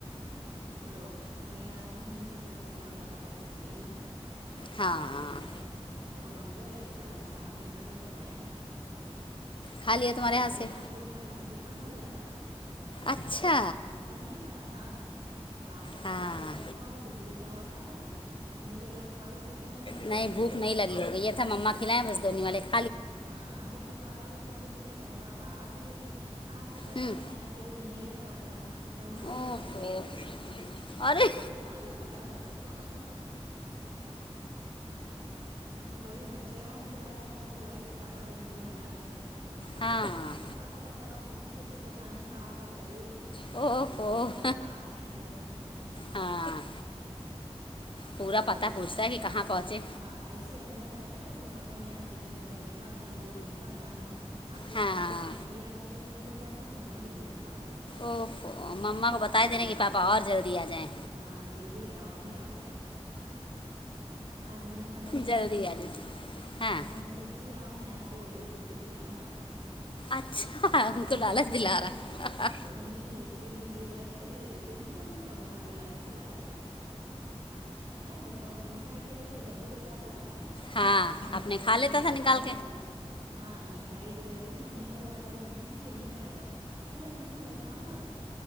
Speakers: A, on the right; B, on the left.
A: تو کہنےلگا ہم نے سوچا اچھا لاؤ کیا پتا بھوک ہوی ہو
B: ہاں
A: میں کھلا
B: ہاں
A: دو تو ہم گئے سالن چاول لے کر آئے کھلایا
B: کھا لیا تمہارے
A: اور
B: ہاتھ
A: اس
B: سے
A: نے آدھا ہی کھایا بھوکا تھوڑی نا تھا
B: اچھا
A: بھوکا نہیں تھا ہاں آدھا کھایا
B: ہاں
A: اگر بھوکا ہوتا تو تو پورے چاول کھا لیتا ہم نے کہا لو اب کھاؤ جلدی کل اب بس
B: نہیں
A: اب
B: بھوک
A: کھائیں
B: نہیں لگی
A: گے
B: ہوگئی یا تو مما کھلائیں بس دو نوالے کھ
A: ہاں آج اپنے پاپا سے فون کر کے کیا کریں پاپا آجاؤ جلدی آپ کو پتتا
B: ہوں
A: ہے میں بنا نہیں رہ پاتا ہوں مما بھی
B: اوہو
A: آب کے بنا نہی رہ پاتی ہے ہم
B: ارے
A: نے کہا ماں کا بتا رہے ہو وہی ہم سے اور ہم سے بار بار فون کر کروائے گا کہ پاپا کا نمبر ملا دو بات
B: ہاں
A: کروں گا پاپا بتاؤ سچی سچی بتانا کہاں پہنچے
B: اوہو
A: تو وہ کہن بھیا آ رہے ہیں گھر ہوں
B: ہاں پورا
A: تو
B: پتہ
A: جو
B: پوچھتا
A: آپ کو
B: ہے کہ کہاں پہنچے
A: ہاں ایسے اپنا کہتا تھا کہ پاپا میں آپ کے بنا رہ نہیں پاتا ہوں روک نہیں پاتا ہوں آج کرے
B: ہاں
A: پاپا میں بھی آپ کے بنا نہیں رک پاتا ہوں وہ مما بھی نہیں رک پاتی ہے
B: اوف مما کو بتا
A: آ جاؤ
B: دینے
A: جلدی
B: کہ پاپا اور جلدی آ جائیں
A: ہاں جلدی آؤ ابھی آؤ آج مینو خالہ سے
B: جلدی
A: بات ہو رہی
B: آ جائیں
A: تھیک
B: ہاں
A: جی آؤ میں آپ کو اور یہ بسکٹ کھلاؤں گا
B: اچھا ان
A: تو
B: کو
A: ہم
B: لالچ
A: نے کہا جب
B: دلا
A: وہاں
B: رہا
A: تھے تو انہیں کی فریج میں چیز رکھ کے جو ہے دیتے نہیں تھے ان کو اب یہاں بلا کے کھلا رہے ہو کیا مٹھائیٹھائی والی لڈو رکھواتا تھا آپ نے
B: ہاں
A: اور جو
B: اپنے
A: ایک
B: کھا
A: بار ہم
B: لیتا
A: آپا
B: تھا نکال
A: کے وہاں گئے ہاں مٹھائی جو ہے رے ہم نے کہا نہی آپا رہنے دیجیے یہ نہیں کھائے گا کہنے لگا نہیں نہیں میں کاؤں گا